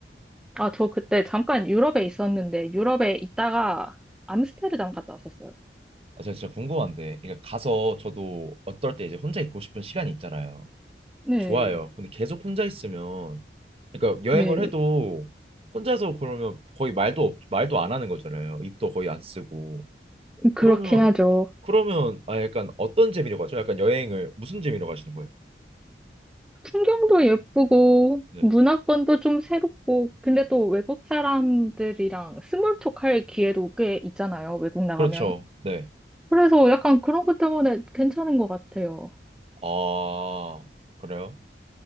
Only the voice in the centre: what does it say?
아, 저 그때 잠깐 유럽에 있었는데, 유럽에 있다가 암스테르담 갔다 왔었어요.
네,
네.
그렇긴 하죠.
풍경도 예쁘고,
문화권도 좀 새롭고, 근데 또 외국 사람들이랑 스몰톡 할 기회도 꽤 있잖아요, 외국 나가면.
그래서 약간 그런 것 때문에 괜찮은 것 같아요.